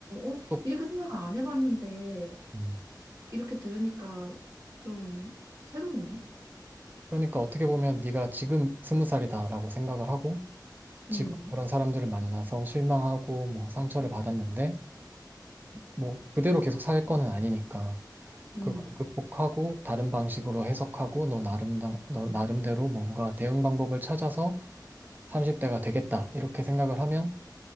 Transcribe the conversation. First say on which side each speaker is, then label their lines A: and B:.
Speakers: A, on the right; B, on the right.
A: 어,
B: 또,
A: 이렇게 생각을 안 해봤는데
B: 음,
A: 이렇게 들으니까 좀 새롭네.
B: 그러니까 어떻게 보면 네가 지금 스무 살이다라고 생각을 하고 지금
A: 음,
B: 그런 사람들을 만나서 실망하고 뭐 상처를 받았는데 뭐 그대로 계속 살 거는 아니니까
A: 음,
B: 그걸 극복하고 다른 방식으로 해석하고 너 나름 너 나름대로 뭔가 대응 방법을 찾아서 30대가 되겠다 이렇게 생각을 하면